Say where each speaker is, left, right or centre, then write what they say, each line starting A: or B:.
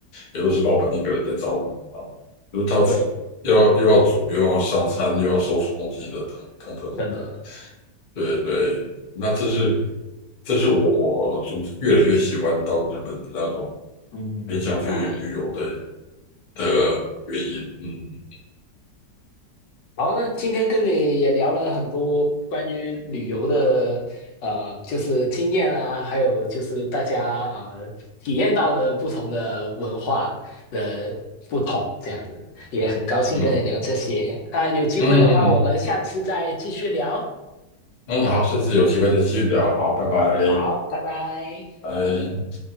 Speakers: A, on the left (about 50°); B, on the left (about 80°).
A: 也都是老板一个人在招呼啊，就是他
B: 对，
A: 要又要煮又要上餐又要收拾东西的等等等。
B: 真的。
A: 对对，那这是这是我就越来越喜欢到日本的那种
B: 嗯，
A: 偏向去旅游的
B: 明白。
A: 的原因。嗯
B: 好，那今天跟你也聊了很多关于旅游的，呃，就是经验啊，还有就是大家呃体验到的不同的文化的不同，这样子也很高兴跟你聊这些。
A: 嗯
B: 那有机会的话，
A: 嗯嗯嗯，
B: 我们下次再继续聊。
A: 嗯好，下次有机会再继续聊。好，拜拜，
B: 好，拜拜。
A: 拜。